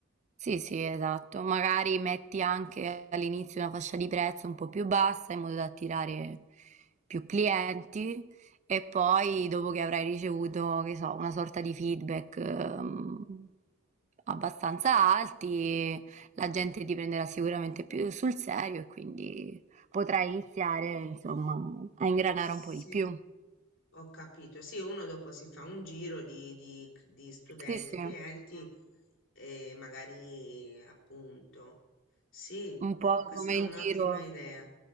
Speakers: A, on the right; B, on the left.
A: Sì, sì, esatto. Magari metti anche all'inizio una fascia di prezzo un po' più bassa in modo da attirare più clienti e poi dopo che avrai ricevuto, che so, una sorta di feedback ehm, abbastanza alti, la gente ti prenderà sicuramente più sul serio e quindi potrai iniziare, insomma, a ingranare
B: Sì.
A: un po' di più.
B: Ho capito. Sì, uno dopo si fa un giro di, di- di studenti,
A: Sì, sì,
B: clienti e magari appunto. Sì,
A: un
B: eh,
A: po'
B: questa
A: come
B: è un'ottima
A: il giro.
B: idea.